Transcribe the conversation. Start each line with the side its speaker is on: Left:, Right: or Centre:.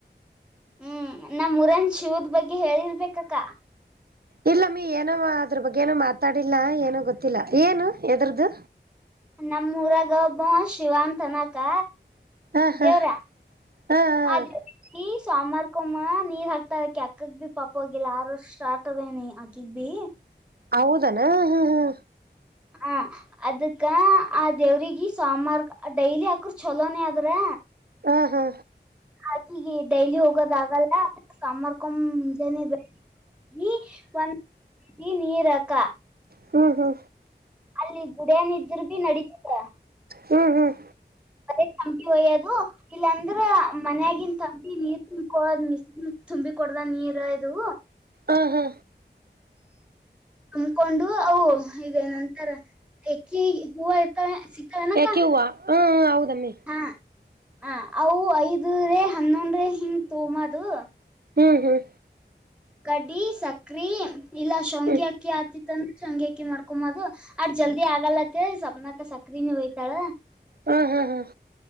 Centre: ಹ್ಮ್ ನಮ್ಮ್ ಮುರನ್ಶಿವದ್ ಬಗ್ಗೆ ಹೇಳಿರ್ಬೇಕಕ್ಕ
Right: ಇಲ್ಲ ಮೀ ಏನೋ ಅದ್ರ ಬಗ್ಗೆೇಏನೋ ಮಾತಾಡಿಲ್ಲ ಏನೋ ಗೊತ್ತಿಲ್ಲ ಏನು ಎದ್ರದು
Centre: ನಮ್ಮೂಊರಾಗ ಒಬ್ಬ ಶಿವ ಅಂತ ಅನಕ
Right: ಹ ಹಾ
Centre: ದೇವರ
Right: ಹಾ
Centre: ಅ ದೇವ ಸಾಮಾರ್ಕೊಮ್ಮ ನೀರ್ ಹಾಕ್ತಾರಕಿ ಅಕ್ಕಗ್ ಬಿ ಪಾಪ ಹೋಗಿಿಲ್ಲ ಆರಷ್ಟ್ಟಾರಟ್ದೇನಿ ಅಕ್ಕಿಗ್ ಭ
Right: ಹೌದನಾ ಹಾ ಹಾ
Centre: ಹ ಅದಕ್ಕ ಆ ದೇವ್ರಗ ಸಾಮಾರ್ ಡೈಲಿ ಹಾಕ್ರ ಚಲೋನೇ ಆದದ್ರ
Right: ಹಾ ಹಾ
Centre: ಆಕಿಗೆ ಡೈಲಿ ಹೋಗೋದಾಗಲ್ಲ ಸಾರ್ಕೊ್ ಮುಂಜಾನೇ ಬೆ ಈ ಒಂದ ನೀರಕ್ಕ
Right: ಹ್ಮ ಹ್ಮ
Centre: ಅಲ್ಲಿ ಗುಡನ ಇದರು ಭೀ ನಡತದ
Right: ಹ್ಮ್ ಹ್ಮ್
Centre: ಮದೇ ಚಂಪಿ ಹಯ್ಯದು ಇಲ್ಲಾಂದ್ರ ಮನ್ಯಗನ್ ತಂಬಿ ನೀರ್ ತುಂಬಕೋದ್ ಮಿಸ ತುಂಬಿ ಕೊಡದ ನೀರ್ ಇದು
Right: ಆ ಹಾ
Centre: ತಂಬಕೊಂಡು ಅವು ಇದ ನಂತರ ಎಕ್ಕಿ ಹೂವು ಇರ್ತವೆ ಸಿಕ್ಕವೆನಕ್ಕ
Right: ಯಾಕೆ ಹೂವ ಹಾ ಹ ಹೌದಮ್ಮಿ
Centre: ಹಾ ಹ ಅವು ಐದ್ರೆ ಹನ್ನೊಂದ್ರೆ ಹಿಂಗ ತೋಮದು
Right: ಹ್ಮ್ ಹ್ಮ್
Centre: ಗಡ್ಡಿ ಸಕ್ರೆ ಇಲ್ಲ ಶವಂಗಿ
Right: ಹ್ಮ್
Centre: ಅಕ್ಕಿ ಆತಿ ಶಂಗ್ಯಾಕಿ ಮಾಡ್ಕೊಂಬದು ಆಡ್ ಜಲ್ದಿ ಆಗಲತ್ತ ಸವಪ್ನಾಕ ಸಕ್ರ ನೀ ಹೋಯ್ತಾಳ
Right: ಹಾ ಹಾ ಹಾ